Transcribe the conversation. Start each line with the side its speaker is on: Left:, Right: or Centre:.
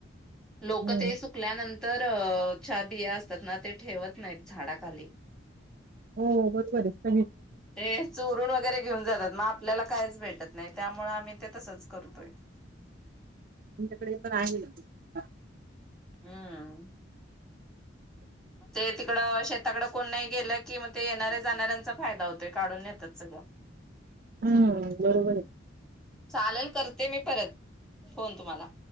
Centre: लोकं
Right: हम्म
Centre: ते सुकल्यानं तरच्या बिया असतात ना, ते ठेवत नाहीत झाडाखाली.
Right: हो बरोबर हाय.
Centre: ते चोरून वगैरे घेऊन जातात म आप ल्याला कायच भेटत नाही, त्यामुळं आम्ही ते तसंच करतोय
Right: तुमच्याकडेपण आहे ना <unintelligible>
Centre: हम्म ते तिकड शे ताकडं कोण नाही गेलं की, मग ते येणाऱ्या जाणाऱ्यांचा फायदा होतोय. काढून नेतात सगळं.
Right: हम्म बरोबर हाय.
Centre: चालेल करते मी परत, फोन तुम्हाला.